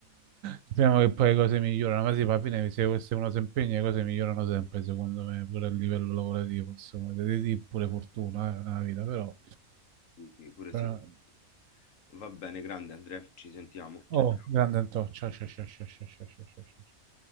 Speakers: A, on the right (about 75°); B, on the left (about 65°).
A: Speriamo che poi le cose migliorano, ma sì, alla fine se, se uno si impegna le cose migliorano sempre, secondo me, pure a livello lavorativo, insomma, Deve dire pure fortuna, eh, nella vita, però...
B: Sì, sì, pure
A: però-
B: secondo me. Va bene, grande Andrea, ci sentiamo. Ciao,
A: Oh,
B: ciao.
A: grande Antonio, ciao, ciao, ciao, ciao, ciao, ciao, ciao, ciao, ciao.